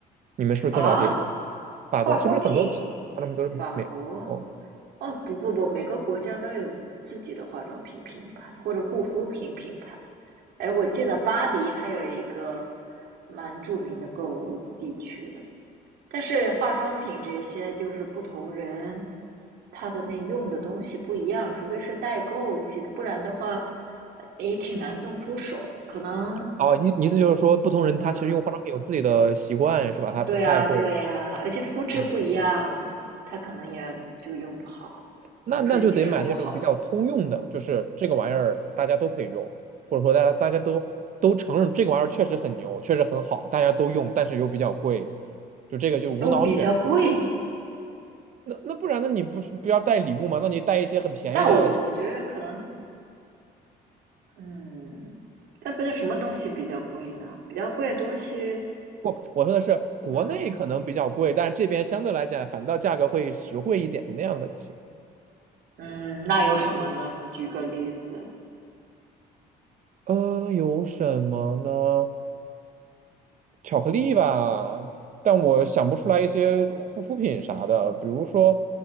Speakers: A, on the right (about 50°); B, on the right (about 75°).
A: 你们是不是更了解一点？
B: 啊？
A: 法国是不是很多品化妆品都是美？
B: 化妆品，法国，
A: 哦
B: 哦，不不不，每个国家都有自己的化妆品品牌或者护肤品品牌。哎，我记得巴黎它有一个蛮著名的购物地区的，但是化妆品这些就是不同人，他的那用的东西不一样，除非是代购其的，不然的话呃也挺难送出手。可能，
A: 哦，你你意思就是说，不同人他其实用化妆品有自己的习惯是吧？
B: 嗯，
A: 他不太会
B: 对啊，对啊，而且肤质不一样，
A: 哦，对
B: 他可能也就用不好，
A: 那那就得买那种比较通用的，
B: 就是你也说不好，
A: 就是这个玩意儿大家都可以用，或者说大家大家都都承认这个玩意儿确实很牛，确实很好，大家都用，但是又比较贵，就这个就无脑选就可以。
B: 都比较贵。
A: 那那不然，那你不是不要带礼物吗？那你带一些很便宜的。
B: 那我我觉得可能，嗯，那不是什么东西比较贵呢？比较贵的东西，
A: 不，我说的是国内可能比较贵，
B: 嗯
A: 但是这边相对来讲反倒价格会实惠一点的那样的一些。
B: 嗯，那有什么呢？你举个例子
A: 呃，有什么呢？巧克力吧，但我想不出来一些护肤品啥的。比如说